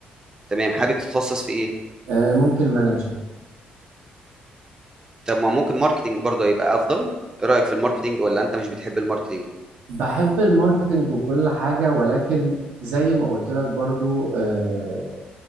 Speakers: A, on the right (about 20°); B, on the right (about 80°).
A: تمام حابب تتخصص في ايه
B: آه، ممكن مانجنج
A: طب ما ممكن ماركتينج برضه يبقى افضل ايه رايك في الماركتينج ولا انت مش بتحب الماركتينج
B: بحب الماركتنج وكل حاجه ولكن زي ما قلت لك برضو آه،